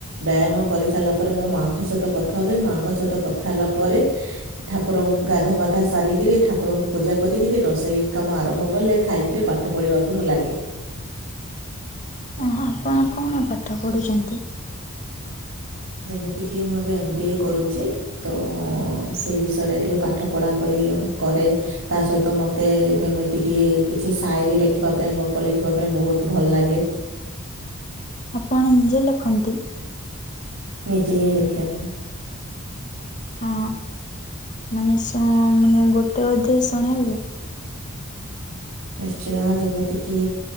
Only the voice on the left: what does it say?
ହଁ ଆପଣ କଣ ପାଠ ପଢ଼ୁଛନ୍ତି?
ଆପଣ ନିଜେ ଲେଖନ୍ତି?
ହଁ ମାନେ ମାନେ ଗୋଟେ ଅଧେ ଶୁଣେଇବୁ।